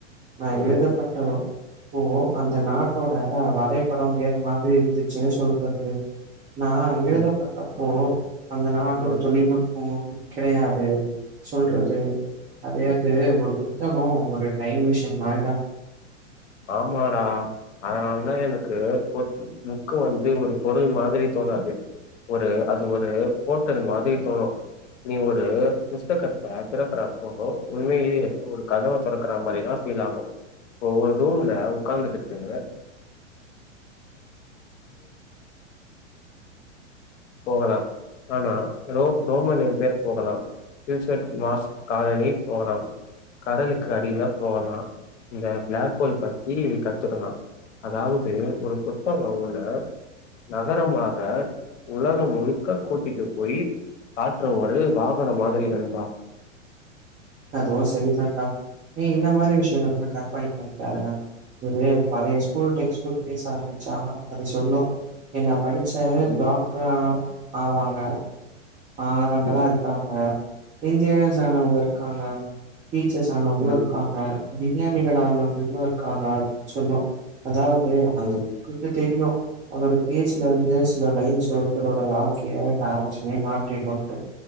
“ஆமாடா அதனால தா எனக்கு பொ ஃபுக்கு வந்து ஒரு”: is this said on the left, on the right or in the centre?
Left